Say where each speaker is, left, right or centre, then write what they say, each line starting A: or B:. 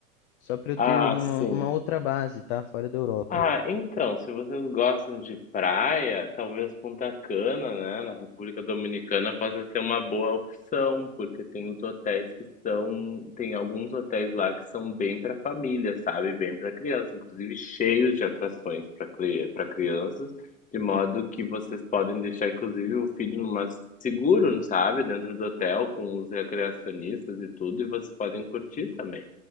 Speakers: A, on the left; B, on the left.
A: Só para eu
B: Ah,
A: ter uma,
B: sim.
A: uma outra base, tá? Fora da Europa.
B: Ah, então, se vocês gostam de praia, talvez Punta Cana, né, na República Dominicana possa ser uma boa opção, porque tem os hotéis que são, tem alguns hotéis lá que são bem para família, sabe, bem para criança, inclusive cheios de atrações para para crianças, de modo que vocês podem deixar inclusive o filho numa seguro, sabe, dentro do hotel com os recreacionistas e tudo, e vocês podem curtir também.